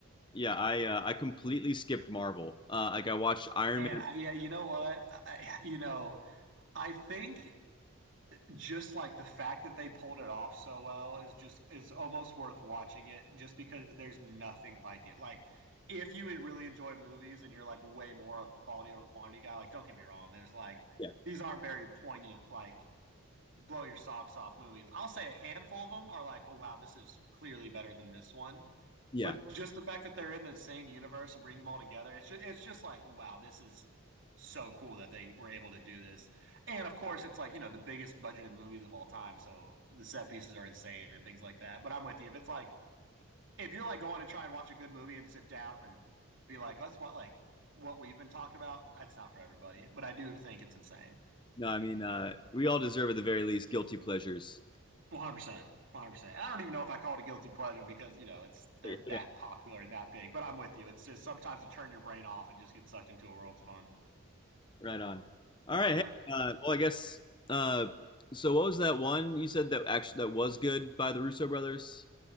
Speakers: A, on the left (about 20°); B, on the right (about 60°).
A: yeah, I uh, I completely skipped Marvel. Uh, like I watched Iron
B: And
A: Man.
B: I, yeah, you know what? I, you know, I think just like the fact that they pulled it off so well is just is almost worth watching it just because there's nothing like it. Like if you would really enjoy movies and you're like way more a quality or quantity guy, like don't get me wrong, there's like
A: Yeah,
B: these aren't very poignant like blow your socks off movies. I'll say a handful of them are like, oh wow, this is clearly better than this one
A: yeah.
B: but just the fact that they're in the same universe and bring them all together, it's just, it's just like, wow, this is so cool that they were able to do this. And of course, it's like, you know, the biggest budgeted movies of all time. So the set pieces are insane and things like that. But I'm with you. If it's like, if you're like going to try and watch a good movie and sit down and be like, let's what, like, what we've been talking about, it's not for everybody. But I do think it's insane.
A: No, I mean uh, we all deserve at the very least guilty pleasures.
B: One hundred percent, one hundred percent. And I don't even know if I call it a guilty pleasure because you know it's they're
A: Yeah, yeah,
B: that popular and that big. But I'm with you. It's just sometimes to turn your brain off and just get sucked into a world's fun.
A: right on. All right.
B: Yeah.
A: Hey, uh, well, I guess. Uh, so what was that one you said that actually that was good by the Russo brothers?